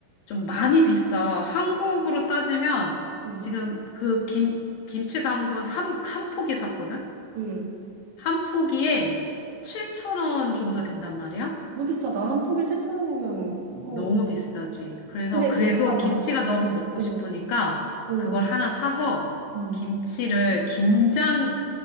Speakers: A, on the left; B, on the right.
A: 좀 많이 비싸. 한국으로 따지면
B: 응,
A: 지금 그 김, 김치 담근 한, 한 포기 샀거든.
B: 응.
A: 한 포기에 7,000원 정도 된단 말이야?
B: 너무 비싸다. 한 포기 칠천 원이면, 그거.
A: 너무 비싸지. 그래서
B: 근데,
A: 그래도
B: 잠깐만.
A: 김치가 너무 먹고
B: 응,
A: 싶으니까
B: 응,
A: 그걸 하나 사서
B: 응,
A: 김치를, 김장을